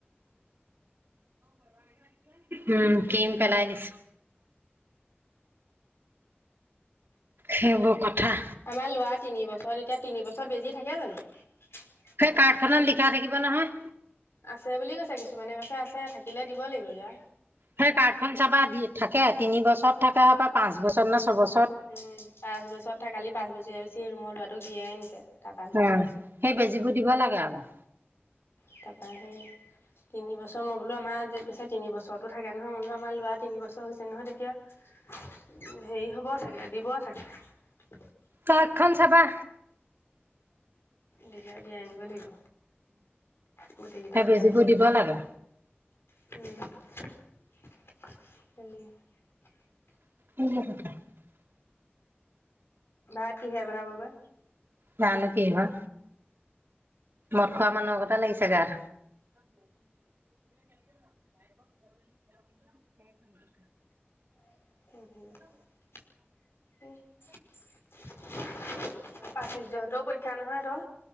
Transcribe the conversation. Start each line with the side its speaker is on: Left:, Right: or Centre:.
Right: উম কিম পেলাই দিছো সেইবোৰ কথা
Left: আমাৰ লৰা তিনিবছৰত এতিয়া তিন বছৰত বেজি থাকে জানো
Right: কাৰ্ড খনত লিখা থাকিব নহয়।
Left: আছে বুলি কৈছে কিছুমানে কৈছে আছে থাকিলে দিব লাগিব এতিয়া।
Right: সেই কাৰ্ড খন চাবা দি থাকে তিনি বছৰত থাকে বা পাঁচ বছৰত ন ছয়বছৰ।
Left: উম পাঁচ বছৰ থাকালি পাঁচ বছৰীয়া পিছি ৰুমৰ লৰাটোক দিয়া নিছে। তাৰ পাঁচ বছৰ
Right: উ সেই বেজিবোৰ দিব লাগে আকৌ।
Left: তাৰপাহে। তিনি বছৰ মই বোলো আমাৰ পিছে তিন বছৰৰতো থাকে নহয় মই বো আমাৰ ল'ৰাৰ তিনি বছৰ হৈছে নহয় তেতিয়া। হেৰি হ'ব চাগে দিব চাগে।
Right: কাৰ্ট খন চাবা।
Left: দিলে দিয়াই আনিব লাগিব গোটেইকেইটা
Right: সেই
Left: বিয়া
Right: বেজীবোৰ
Left: হৈছে
Right: দিব
Left: নেকি।
Right: লাগে
Left: <unintelligible>
Right: <unintelligible>
Left: ভাত কিহে বনাব বা?
Right: জানো কি হয়। মদ খোৱা মানুহৰগতে লাগিছে গা <unintelligible>
Left: <unintelligible> পাচুৰ্যহতৰ পৰীক্ষা নহয় আৰু